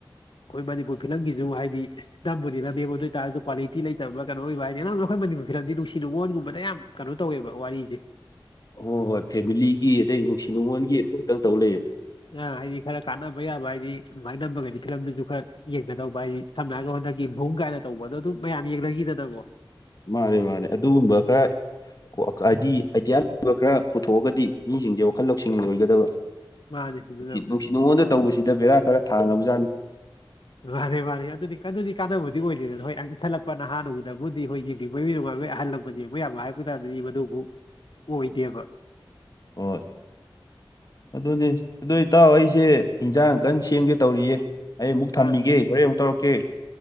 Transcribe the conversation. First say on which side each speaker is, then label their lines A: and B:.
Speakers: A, on the left; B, on the left.
A: ꯑꯩꯈꯣꯏ ꯃꯅꯤꯄꯨꯔ ꯐꯤꯂꯝꯒꯤꯁꯨ ꯍꯥꯏꯗꯤ ꯅꯝꯕꯨꯗꯤ ꯅꯕꯤꯦꯝꯕ ꯑꯗꯨ ꯑꯣꯏꯇꯥꯔꯁꯨ ꯀ꯭ꯋꯥꯂꯤꯇꯤ ꯂꯩꯇꯕ ꯀꯩꯅꯣ ꯑꯣꯏꯕ ꯍꯥꯏꯅꯤ ꯅꯅ ꯑꯩꯈꯣꯏ ꯃꯅꯤꯄꯨꯔ ꯐꯤꯂꯝꯗꯤꯅꯨꯡꯁꯤ ꯅꯨꯡꯉꯣꯟꯒꯨꯝꯕꯗ ꯌꯥꯝ ꯀꯩꯅꯣ ꯇꯧꯋꯦꯕ ꯋꯥꯔꯤꯁꯦ
B: ꯍꯣꯏ ꯍꯣꯏ ꯐꯦꯃꯤꯂꯤꯒꯤ ꯑꯗꯩ ꯅꯨꯡꯁꯤ ꯅꯨꯡꯉꯣꯟꯒꯤ ꯑꯗꯨ ꯈꯛꯇꯪ ꯇꯧ ꯂꯩꯌꯦ
A: ꯑ ꯍꯥꯏꯗꯤ ꯈꯔ ꯀꯥꯟꯅꯕ ꯌꯥꯕ ꯍꯥꯏꯗꯤ ꯑꯗꯨꯃꯥꯏꯅ ꯅꯝꯃꯒꯗꯤ ꯐꯤꯂꯝꯗꯨꯁꯨ ꯈꯔ ꯌꯦꯡꯒꯗꯧꯕ ꯍꯥꯏꯗꯤ ꯁꯝꯅ ꯍꯥꯏꯔꯒ ꯍꯣꯠꯅꯈꯤ ꯃꯨꯡ ꯀꯥꯏꯅ ꯇꯧꯕ ꯑꯗꯣ ꯑꯗꯨꯝ ꯃꯌꯥꯝ ꯌꯦꯡꯅꯈꯤꯗꯗꯕꯣ
B: ꯃꯥꯅꯦ ꯃꯥꯅꯦ ꯑꯗꯨꯒꯨꯝꯕ ꯈꯔ ꯍꯥꯏꯗꯤ ꯑꯥꯏꯗꯤꯌꯥ ꯂꯩꯕ ꯈꯔ ꯄꯨꯊꯣꯛꯑꯒꯗꯤ ꯃꯤꯁꯤꯡꯁꯦ ꯋꯥꯈꯜ ꯂꯧꯁꯤꯡ ꯂ ꯑꯣꯏꯒꯗꯕ
A: ꯃꯥꯅꯤ ꯑꯗꯨꯅ
B: ꯁꯤ ꯅꯨꯡꯁꯤꯠ ꯅꯨꯡꯉꯣꯟꯗ ꯇꯧꯕꯁꯤꯗ ꯕꯦꯔꯥ ꯈꯔ ꯊꯥꯅꯕꯖꯥꯠꯅꯤ
A: ꯃꯥꯅꯤ ꯃꯥꯅꯤ ꯑꯗꯨꯗꯤ ꯀꯗꯤ ꯀꯥꯟꯅꯕꯗꯤ ꯑꯣꯏꯗꯦꯗꯅ ꯍꯣꯏ ꯏꯊꯜꯂꯛꯄ ꯅꯍꯥꯨꯒꯤꯗꯕꯨꯗꯤ ꯍꯣꯏ ꯌꯦꯡꯅꯤꯡꯕ ꯃꯤ ꯅꯨꯡꯉꯥꯏ ꯑꯩꯣꯏ ꯑꯍꯜ ꯂꯕ ꯌꯦꯡ ꯃꯣꯏ ꯌꯥꯝꯕ ꯍꯥꯏꯕ ꯇꯥꯔꯗꯤ ꯃꯗꯨꯕꯨ ꯑꯣꯏꯗꯦꯕ
B: ꯑꯣ ꯑꯗꯨꯅꯤ ꯑꯗꯨ ꯏꯇꯥꯎ ꯑꯩꯁꯦ ꯏꯟꯖꯥꯡ ꯀꯟꯅ ꯁꯦꯝꯒꯦ ꯇꯧꯔꯤꯌꯦ ꯑꯩ ꯑꯃꯨꯛ ꯊꯝꯃꯤꯒꯦ
A: ꯑ
B: ꯍꯣꯔꯦꯟ ꯑꯃꯨꯛ ꯇꯧꯔꯛꯀꯦ